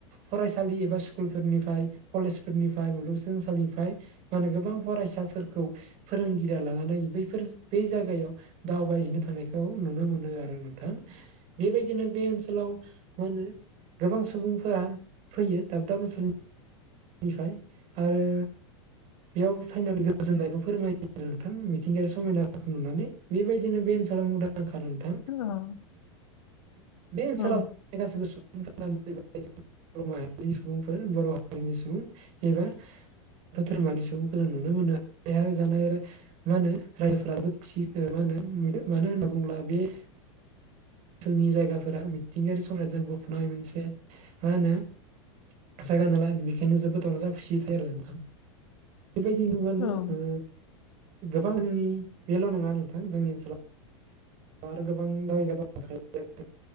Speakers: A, on the right (about 45°); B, on the left (about 80°).
A: फरायसालि एबा स्कुलफोरनिफ्राय कलेजफोरनिफ्राय मुलुगस सोलोंसालिनिफ्राय माने गोबां फरायसाफोरखौ फोरोंगिरिया लानानै बैफोर बे जागायाव दावबायहैनो थानायखौ नुनो मोनो आरो नोंथां बेबायदिनो बे ओनसोलाव मा होनो गोबां सुबुंफोरा फैयो दाब दाब ओनसोलनि निफ्राय आरो बेयाव फाइनालि गोजोननायखौ फोरमायो नोंथां मिथिंगायारि समायनाखौ नुनानै बेबायदिनो बे ओनसोलाव <unintelligible> नोंथां
B: <unintelligible>
A: बे ओनसोलाव
B: नोंथां औ
A: गासिबो सुबुं <unintelligible> बर' माहारि सुबुंफोर बर' हारिनि सुबुं एबा बाथौ धोरोमनि सुबुंखौ जों नुनो मोनो बे जानाय आरो मा होनो रायजोफोराबो थिग मा होनो मानो होनना बुङोब्ला बे जोंनि जायगाफोरा मिथिंगायारि समायनाजों बुंफबनाय मोनसे मा होनो जायगा नालाय बेनिखायनो जोबोद रंजा खुसि थायो आरो नोंथां बेबायदिनो
B: नोंथां औ
A: ओ गोबां जोंनि बेल नङा नोंथां जोंनि ओनसोलाव बा आरो <unintelligible>